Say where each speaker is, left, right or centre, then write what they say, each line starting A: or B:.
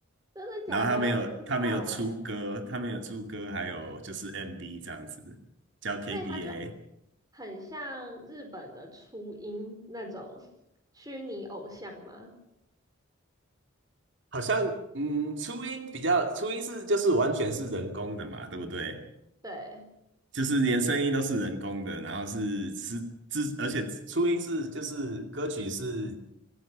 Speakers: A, on the right; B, on the right.
A: 真的假的？
B: 然后他没有他没有出歌，
A: 我不知道哎，
B: 他没有出歌，还有就是 MV 这样子，叫 KDA，
A: 所以他就很像日本的初音那种虚拟偶像吗？
B: 好像嗯，初音比较，初音是就是完全是人工的嘛，对不对？
A: 对，
B: 就是连声音都是人工的，然后是是制，而且初音是就是歌曲是